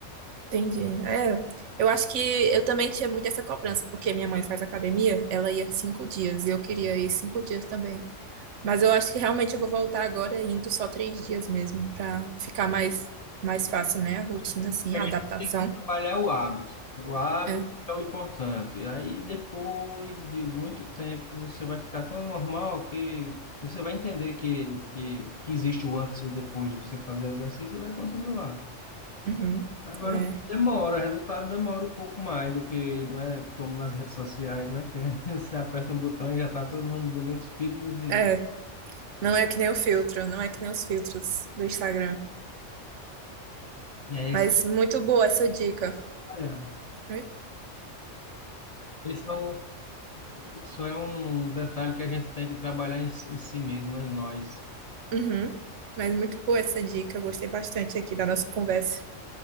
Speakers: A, on the right; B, on the left.
A: Entendi. É, eu acho que eu também tinha muito essa cobrança, porque minha mãe faz academia, ela ia cinco dias e eu queria ir cinco dias também. Mas eu acho que realmente eu vou voltar agora indo só três dias mesmo, pra ficar mais, mais fácil, né? A rotina, assim,
B: A
A: a
B: gente
A: adaptação.
B: tem que trabalhar o hábito. O hábito
A: É.
B: é o importante. Aí depois de muito tempo você vai ficar tão normal que você vai entender que, que, que existe o antes e o depois de você fazer exercício e vai continuar.
A: Uhum.
B: Agora
A: É.
B: demora, o resultado demora um pouco mais do que, não é como nas redes sociais, né? Que <laughs> você aperta um botão e já está todo mundo bonito, fitness e,
A: É. Não é que nem o filtro, não é que nem os filtros do Instagram.
B: e é isso.
A: Mas muito boa essa dica.
B: Olha,
A: Oi?
B: Isso é um, isso é um detalhe que a gente tem que trabalhar em, si- em si mesmo, né? Em nós.
A: Uhum. Mas muito boa essa dica. Eu gostei bastante aqui da nossa conversa